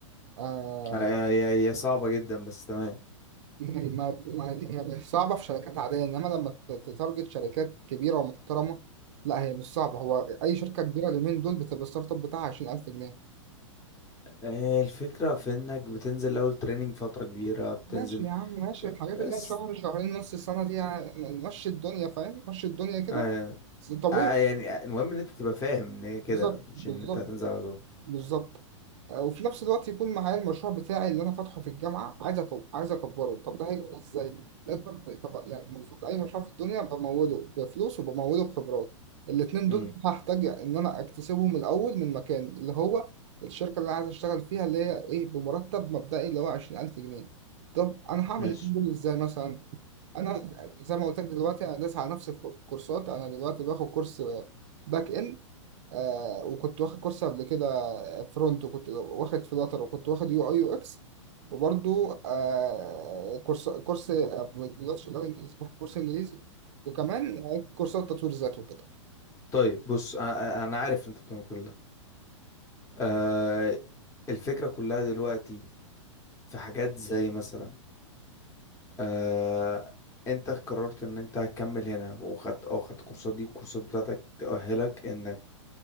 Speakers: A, on the right (about 60°); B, on the left (about 20°).
A: آه
B: هي هي هي صعبة جدا بس تمام
A: يعني ما ما هي مش صعبه في شركات عاديه انما لما ت- تتارجت شركات كبيره ومحترمه لا هي مش صعبه هو اي شركه كبيره اليومين دول بتبقى الستارت اب بتاعها 20000 جنيه
B: آه، الفكرة في انك بتنزل اول تريننج فترة كبيرة بتنزل
A: ماشي يا عم ماشي الحاجات
B: بس
A: اللي هي شهر شهرين نص السنة دي يعني مشي الدنيا فاهم مشي الدنيا كده
B: آه
A: بس طبيعي
B: آه يعني آه، المهم ان انت تبقى فاهم ان هي كده
A: بالظبط
B: مش
A: بالظبط
B: ان انت هتنزل على طول
A: بالظبط آه، وفي نفس الوقت يكون معايا المشروع بتاعي اللي انا فاتحه في الجامعه عايز أكب... عايز اكبره طب ده هيكبر ازاي؟ لازم طب طب يعني المفروض اي مشروع في الدنيا بموله بفلوس وبموله بخبرات الاتنين
B: امم
A: دول هحتاج ان انا اكتسبهم الاول من مكان اللي هو الشركه اللي انا عايز اشتغل فيها اللي هي ايه بمرتب مبدئي اللي هو 20000 جنيه طب انا هعمل
B: ماشي
A: الاتنين دول ازاي مثلا انا زي ما قلت لك دلوقتي انا داس على نفس الكور- الكورسات انا دلوقتي باخد كورس باك اند آه وكنت واخد كورس قبل كده فرونت وكنت واخد فلاتر وكنت واخد يو اي يو اكس وبرضو آه كورس كورس آه، مش شغال انجليزي واخد كورس انجليزي وكمان آه، كورسات تطوير ذات وكده
B: طيب بص آه آه، انا عارف انت بتعمل كل ده آه الفكرة كلها دلوقتي في حاجات زي مثلا آه انت قررت ان انت هتكمل هنا وخدت اه خدت كورسات دي والكورسات بتاعتك تأهلك انك